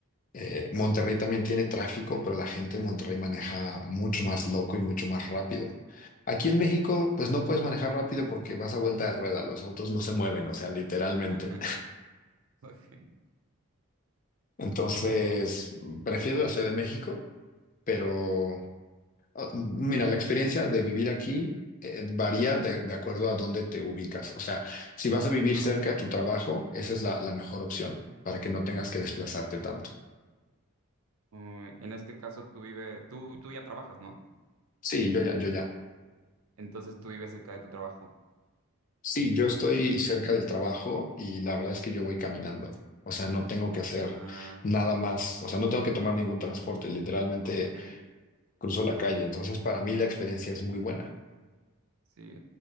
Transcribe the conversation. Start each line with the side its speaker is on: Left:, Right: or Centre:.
Left: Eh, Monterrey también tiene tráfico, pero la gente en Monterrey maneja mucho más loco y mucho más rápido. Aquí en México, pues no puedes manejar rápido porque vas a vuelta de rueda, los autos no se mueven, o sea, literalmente.
Right: <laughs> Ok.
Left: <laughs> Entonces,
Right: en-
Left: prefiero la Ciudad de México, pero Ah, Mira, la experiencia de vivir aquí eh, varía de, de acuerdo a dónde te ubicas. O sea, si vas a vivir
Right: ah,
Left: cerca
Right: ok.
Left: de tu trabajo, esa es la, la mejor opción para que no tengas que desplazarte tanto.
Right: Uy, en este caso tú vives, tú, tú ya trabajas, ¿no?
Left: Sí, yo ya, yo ya.
Right: Entonces tú vives cerca de tu trabajo.
Left: Sí, yo estoy cerca del trabajo y la verdad es que yo voy caminando. O sea, no tengo que hacer
Right: Ah,
Left: nada más. O sea, no tengo que tomar ningún transporte. Literalmente
Right: ok.
Left: cruzo la calle. Entonces, para mí la experiencia es muy buena.
Right: Sí,